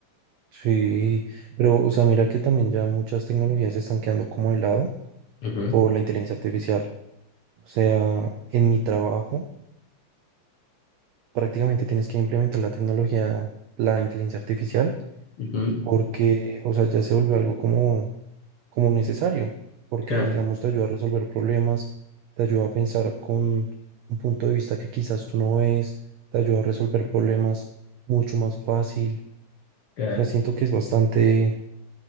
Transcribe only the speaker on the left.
Ujú,
ujú.
Claro,
claro,